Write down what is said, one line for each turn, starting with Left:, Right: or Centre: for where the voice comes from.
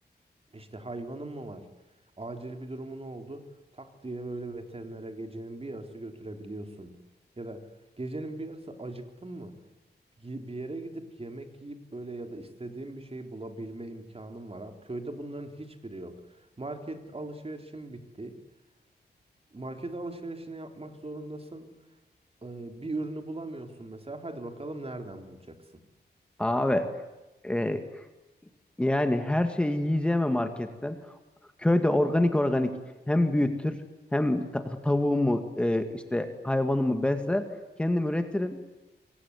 Right: İşte hayvanın mı var? Acil bir durumun oldu. Tak diye böyle veterinere gecenin bir yarısı götürebiliyorsun. Ya da gecenin bir yarısı acıktın mı? Gi- Bir yere gidip yemek yiyip böyle ya da istediğin bir şeyi bulabilme imkanın var. Abi, köyde bunların hiçbiri yok. Market alışverişim bitti market alışverişini yapmak zorundasın. Ee, bir ürünü bulamıyorsun mesela. Hadi bakalım nereden bulacaksın?
Centre: Abi e, yani her şeyi yiyeceğime marketten. Köyde organik organik hem büyütür hem ta- tavuğumu e, işte hayvanımı besler. Kendim üretirim.